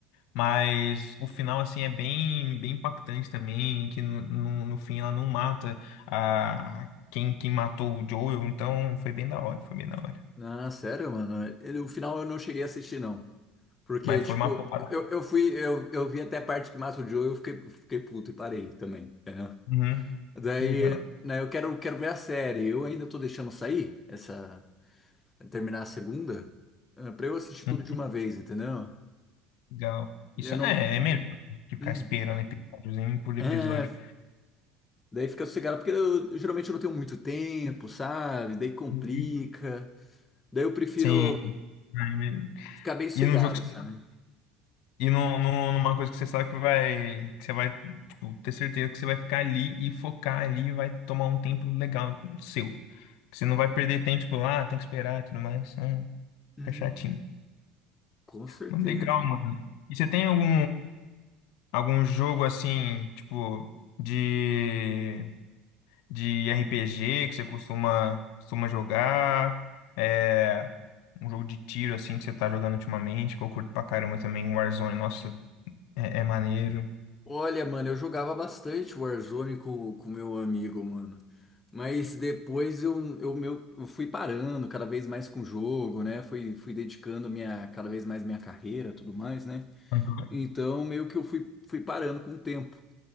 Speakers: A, on the left; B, on the left.
A: Mas o final, assim, é bem, bem impactante também, que no, no, no fim ela não mata a quem, quem matou o Joel, então foi bem da hora, foi bem da hora.
B: Ah, sério, mano. Ele- O final eu não cheguei a assistir, não. Porque,
A: Mas
B: tipo,
A: foi uma porrada.
B: eu, eu fui, eu, eu vi até a parte que mata o Joe e eu fiquei, fiquei puto e parei também, entendeu?
A: Uhum,
B: Daí,
A: legal.
B: né, eu quero, quero ver a série. Eu ainda tô deixando sair essa, terminar a segunda, eh, pra eu assistir
A: Hum,
B: tudo de uma vez, entendeu?
A: legal. Isso
B: Eu não.
A: é, é melhor que ficar
B: Hum.
A: esperando episódiozinho por
B: é,
A: episódio.
B: daí fica sossegado, porque eu, geralmente eu não tenho muito tempo, sabe? Daí complica.
A: Uhum.
B: Daí eu prefiro
A: Sim. é melhor.
B: ficar bem sossegado,
A: E num jogo que
B: sabe?
A: você, e num, num- numa coisa que você sabe que vai, que você vai, tipo, ter certeza que você vai ficar ali e focar ali e vai tomar um tempo legal seu. Você não vai perder tempo, tipo, ah, tem que esperar e tudo mais. né?
B: Uhum,
A: Fica chatinho.
B: com certeza.
A: Mas legal, mano. E você tem algum algum jogo assim, tipo, de, de RPG que você costuma, costuma jogar? É, um jogo de tiro assim que você tá jogando ultimamente, que eu curto pra caramba também, Warzone. Nossa, é, é maneiro.
B: Olha, mano, eu jogava bastante Warzone com o meu amigo, mano. Mas depois eu, eu, meu, eu fui parando cada vez mais com o jogo, né? Fui, fui dedicando minha, cada vez mais minha carreira, tudo mais, né?
A: Uhum.
B: Então meio que eu fui, fui parando com o tempo,